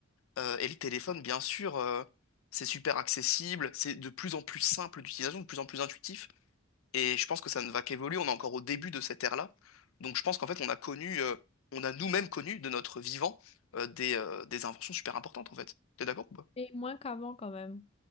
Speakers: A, on the left; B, on the left.
A: Euh, et le téléphone, bien sûr, euh, c'est super accessible, c'est de plus en plus simple d'utilisation, de plus en plus intuitif. Et je pense que ça ne va qu'évoluer. On est encore au début de cette ère-là. Donc je pense qu'en fait, on a connu, euh, on a nous-mêmes connu de notre vivant euh, des, euh, des inventions super importantes, en fait. T'es d'accord ou pas?
B: Et moins qu'avant quand même.